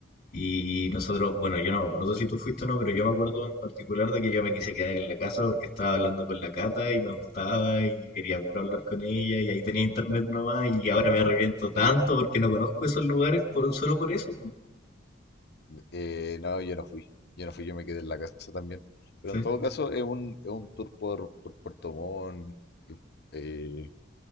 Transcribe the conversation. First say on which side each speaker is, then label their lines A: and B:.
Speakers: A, on the left; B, on the left.
A: Y nosotros, bueno, yo no me acuerdo si tú fuiste o no, pero yo me acuerdo en particular de que yo me quise quedar en la casa porque estaba hablando con la Cata y me gustaba y quería puro hablar con ella y ahí tenía internet nomás y ahora me arrepiento tanto porque no conozco esos lugares por, solo por eso.
B: Eh, no, yo no fui. Yo no fui, yo me quedé en la casa también. Pero
A: Sí,
B: en todo caso, es un, es un tour por, por Puerto Montt. eh, eh,